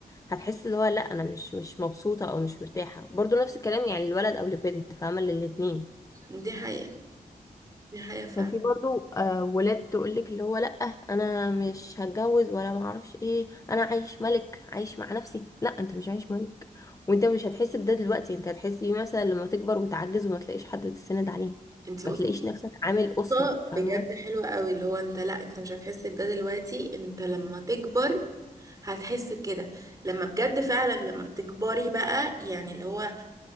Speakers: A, on the left (about 20°); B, on the right (about 25°).
A: هتحس اللي هو لا انا مش مش مبسوطة او مش مرتاحة برضو نفس الكلام يعني الولد او البنت فاهمة للاتنين
B: دي حقيقه دي حقيقه فعلا
A: عشان في برضو آه ولاد تقولك اللي هو لا انا مش هتجوز ولا ما اعرفش ايه انا عايش ملك عايش مع نفسي لا انت مش عايش ملك وانت مش هتحس بده دلوقتي انت هتحس بيه مثلا لما تكبر وتعجز وما تلاقيش حد تسند عليه
B: انت قلتي
A: ما تلاقيش نفسك عامل
B: نقطه
A: أسرة فاهمة
B: بجد حلوه قوي اللي هو انت لا انت مش هتحس بده دلوقتي انت لما تكبر هتحس بكده لما بجد فعلا لما بتكبري بقى يعني اللي هو